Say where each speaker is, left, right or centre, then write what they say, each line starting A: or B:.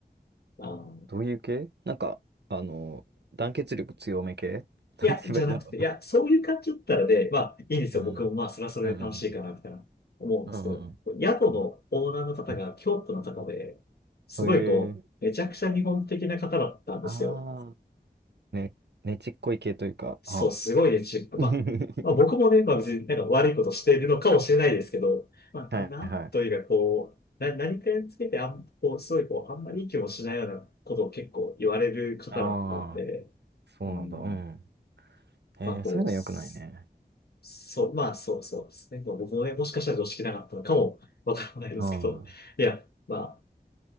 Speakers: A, on the left (about 70°); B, on the right (about 85°).
A: あの、
B: どういう系なんか、あの、団結力強め系なんて言えばいいんだろ
A: いや、じゃなくて、いや、そういう感じだったらね、まあ、いいんですよ。
B: う <laughs> うん
A: 僕もまあ、それはそれで楽しいかな、
B: うん
A: みたいな思うんですけど、
B: うん。うんうん
A: 宿のオーナーの方が京都の方で、
B: うん。うんうん
A: すごいこう、
B: へえ
A: めちゃくちゃ日本的な方だったんですよ。
B: ああね、ねちっこい系というか、
A: そう、
B: ああ。
A: すごいね、チップ。
B: <laughs>
A: まあ、まあ、僕もね、まあ別になんか悪いことしているのかもしれないですけど、まあ、
B: はいはい。
A: なんというかこう、な、何かにつけてあん、こう、すごいこう、あんまりいい気もしないようなことを結構言われる方だったんで、
B: ああ、そうなんだ。
A: うん、
B: うん。えー、
A: まあこう、
B: そういうの良くないね。
A: すそう、まあそうそうですね。まあ僕もね、もしかしたら常識なかったのかもわからないですけど、
B: ああ。
A: いや、まあ、